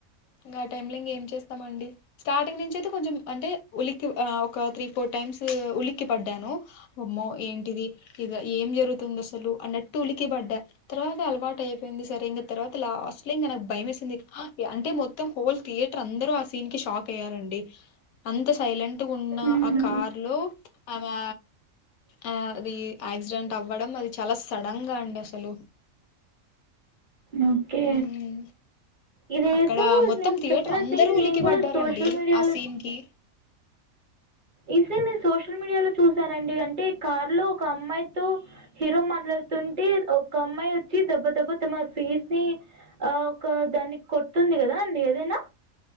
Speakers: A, on the left (about 85°); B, on the right (about 45°).
A: ఇంకా ఆ టైమ్ లో ఇంక ఏం చేస్తామండి స్టార్టింగ్ నుంచి అయితే కొంచెం అంటే ఉలికి ఒక త్రీ ఫోర్టీ టైమ్స్ ఉలిక్ పడ్డాను ఆమ్మో ఏంటిది ఏం జరుగుతుంది అ అన్నటు కి పడ్డ తర్వాత అలవాట్టు అయిపోయింది సార్ ఇంక తర్వాత లాస్ట్ లో ఇక భయం అంటే మొత్తం హోల్ థియేటర్ అందరూ ఆ సీన్ కి షాక్ అయ్యారండి అంత సైలెంట్ టు ఉన్న
B: ఉహు
A: ఆ కార్ లో ఆమె ఆ అది యాక్సిడెంట్ అవ్వడం అది చాలా సడన్ గా అండి అసలు
B: ఓకే
A: ఉమ్
B: ఇదేతే
A: అక్కడ మొత్తం
B: మీ
A: థియేటర్
B: చెప్పినా
A: అందరూ
B: సేన్
A: ఉలికి
B: నేను కూడా
A: పడ్డారండి
B: సోషల్ మీడియాలో
A: ఆ సీన్ కి
B: ఈసే నేను సోషల్ మీడియాలో చూసానండి అంటే కారు లో ఒక అమ్మాయితో హీరో మాట్లాడుతుంటే ఒక అమ్మాయి వచ్చి దెబ్బ దెబ్బ తమ ఫీస్ ని ఆ ఒక దానికి కొట్తుంది కదా అండి ఏదైనా